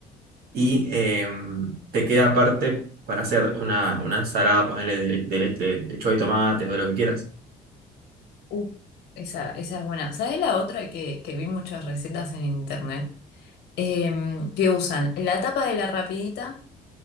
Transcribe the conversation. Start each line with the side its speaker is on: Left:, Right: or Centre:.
Right: y em, te queda aparte para hacer una, una ensalada, ponerle de, le- de, le- de lechuga y tomate o de lo que quieras.
Left: Uh, Esa, esa es buena. ¿Sabes la otra que, que vi muchas recetas en internet? Em, que usan la tapa de la rapidita,